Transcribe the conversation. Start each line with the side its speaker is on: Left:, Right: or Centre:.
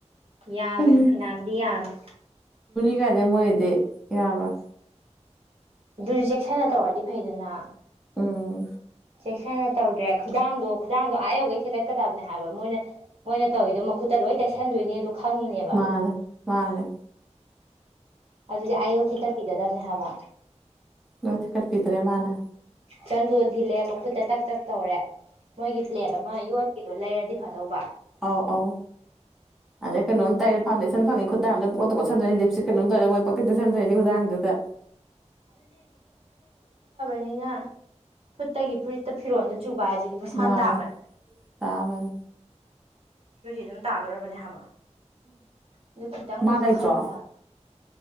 Right: ꯌꯥꯝꯃꯦ
Centre: ꯎꯝ
Right: ꯐꯩꯅꯥꯝꯗꯤ ꯌꯥꯝꯃꯦ
Centre: ꯀ ꯀꯗꯦ ꯃꯣꯏꯗꯤ ꯌꯥꯔꯣꯏ
Right: ꯑꯗꯨ ꯔꯤꯖꯦꯛꯁꯟꯅ ꯇꯧꯔꯗꯤ ꯐꯩꯗꯅ
Centre: ꯑꯣꯝ
Right: ꯆꯦꯛꯁꯤꯟꯅ ꯇꯧꯗ꯭ꯔꯦ ꯈꯨꯗꯥꯡꯗꯣ ꯈꯨꯗꯥꯡꯗꯣ ꯑꯥ ꯌꯧꯒꯩ ꯊꯦꯒꯠꯀꯗꯕꯅꯦ ꯍꯥꯏꯕ ꯃꯣꯏꯅ ꯃꯣꯏꯅ ꯇꯧꯔꯤꯗꯣ ꯃꯈꯨꯠꯇ ꯂꯣꯏ ꯇꯩꯁꯟꯗꯣꯏꯅꯦꯗꯣ ꯈꯪꯉꯤꯅꯦꯕ
Centre: ꯃꯥꯅꯦ ꯃꯥꯅꯦ
Right: ꯑꯗꯨꯗꯤ ꯑꯌꯨ ꯊꯤꯀꯠꯄꯤꯒꯗꯕꯅꯦ ꯍꯥꯏꯕ
Centre: ꯂꯣꯁꯤ ꯀꯠꯄꯤꯗ꯭ꯔꯦ ꯃꯥꯅ
Right: ꯆꯟꯗꯣꯟ ꯊꯤꯜꯂꯦ ꯃꯈꯨꯠꯇ ꯇꯛ ꯇꯛ ꯇꯧꯔꯦ ꯃꯣꯏꯒꯤ ꯄ꯭ꯂꯦꯠ ꯑꯃ ꯌꯣꯠꯈꯤꯗꯣ ꯂꯩꯔꯗꯤ ꯐꯗꯧꯕ
Centre: ꯑꯥꯎ ꯑꯥꯎ ꯑꯗ ꯀꯩꯅꯣꯝ ꯇꯥꯏꯔ ꯐꯥꯎꯟꯦꯁꯟ ꯐꯪꯉ ꯈꯨꯗꯥꯡꯝ ꯄꯣꯣꯟꯗꯣꯏꯅꯤ ꯂꯤꯞꯁꯤ ꯀꯩꯅꯣꯝ ꯇꯧꯔ ꯃꯣꯏ ꯄꯣꯛꯇ ꯁꯗꯣꯏꯅꯤꯥꯡꯗꯣ ꯑꯗꯨꯗ
Right: ꯑꯩꯅ ꯈꯨꯠꯇꯒꯤ ꯐꯨꯔꯤꯠꯇ ꯐꯤꯔꯣꯟꯗ ꯆꯨꯕꯥꯖꯤꯗꯤ ꯃꯁꯥꯟ
Centre: ꯃꯥꯅꯦ
Right: ꯇꯥꯕꯟ
Centre: ꯇꯥꯕꯅꯤ
Right: ꯑꯗꯨꯗꯤ ꯑꯗꯨꯝ ꯇꯥꯗꯣꯔꯕꯅꯦ ꯍꯥꯏꯕ ꯑꯗꯨ ꯈꯤꯇꯪꯗꯁꯨ
Centre: ꯃꯥ ꯂꯩꯇ꯭ꯔꯣ
Right: ꯈꯟꯕꯕ